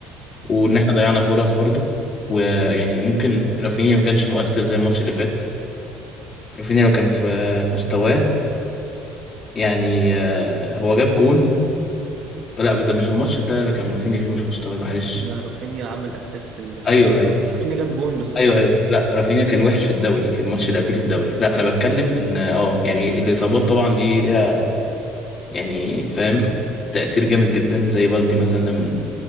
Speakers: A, on the left; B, on the right.
A: وان
B: مم.
A: احنا ضيعنا فرص برضه ويعني ممكن رافينيا ما كانش مؤثر زي الماتش اللي فات رافينيا لو كان في مستواه يعني آه، هو جاب جون لا ده مش الماتش ده اللي كان رافينيا فيه مش مستواه معلش
B: لا رافينيا عمل اسيست لفيران
A: ايوه
B: توريس
A: ايوه
B: رافينيا جاب جون بس اتحسب
A: ايوه ايوه لا
B: جون
A: رافينيا كان وحش في الدوري الماتش اللي قبليه في الدوري لا انا بتكلم
B: مم.
A: ان اه يعني الاصابات طبعا دي ليها يعني فاهم تأثير جامد جدا زي بالدي مثلا ده من